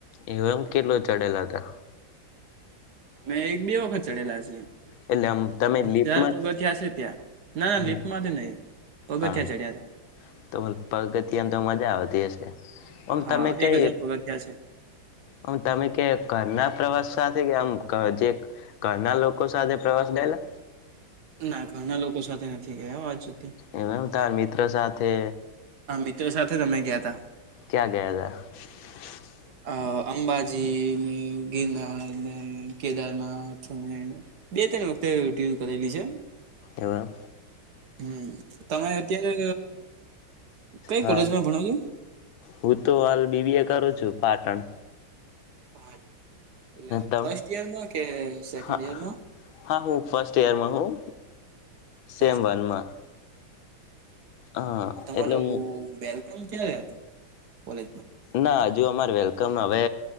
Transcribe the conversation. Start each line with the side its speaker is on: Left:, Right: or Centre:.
Left: એવ એમ કેટલો ચડેલા હતા?
Right: અમે એક બે વખત ચડેલા છીએ
Left: એટલે આમ તમે લીપમાં
Right: હજાર પગથીયા છે ત્યાં. ના
Left: જ
Right: ના લિફ્ટ માંથી નહી પગથિયાં
Left: હા
Right: ચડ્યા હતા.
Left: તો પગતિ તો મજા આવતી હશે આમ
Right: હા
Left: તમે કઈ
Right: એક હજાર પગથિયા છે
Left: હું તમે કે ઘરના પ્રવાસ સાથે કે આમ જે ઘના લોકો સાથે પ્રવાસ ગયેલા?
Right: ના ઘણા લોકો સાથે નથી ગયા આજ સુધી.
Left: એ હું તાર મિત્ર સાથે
Right: હા મિત્રો સાથે અમે ગયા તા.
Left: ક્યાં ગયા <inaudible>
Right: અ અંબાજી ને ગિરનાર ને કેદારનાથ અને બે ત્રણ વખતે ટ્યન કરેલી છે.
Left: એવા
Right: હમ તમે અત્યારે કઈ
Left: હા
Right: કોલેજમાં ભણાવો છો?
Left: હું તો હાલ બીબી એ કરું છું પાટણ.
Right: હા એટલે
Left: તમ
Right: ફર્સ્ટ ઈયરમાં કે સેકન્ડ
Left: હા
Right: ઈયરમાં?
Left: હા હું ફર્સ્ટ યરમાં હું સેમ
Right: ફર્સ્ટ
Left: વનમાં.
Right: યર
Left: હા
Right: તમારું
Left: એટલે હું
Right: બેલકમ ક્યારે આવ હતું કોલેજમાં?
Left: ના હજુ અમારે વેલકમ હવે